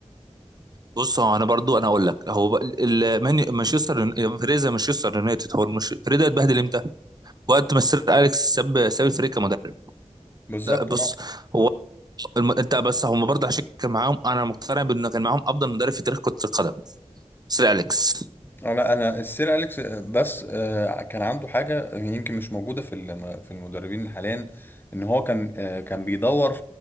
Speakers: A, on the right; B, on the left.
A: بص هو انا برضو انا اقول لك هو بقى ال- ال- مان- مانشستر يون- فريزا مانشستر يونايتد هو مش فريزا اتبهدل امتى؟ وقت ما سير اليكس ساب ساب الفريق كمدرب
B: بالظبط
A: لا، بص
B: اه
A: هو الم... انت بس هم برضه عشان كان معاهم انا مقتنع بانه كان معاهم افضل مدرب في تاريخ كرة القدم سير اليكس
B: آه، لا انا السير اليكس آه، بس آه، كان عنده حاجه يمكن مش موجوده في الم- في المدربين حاليا ان هو كان آه، كان بيدور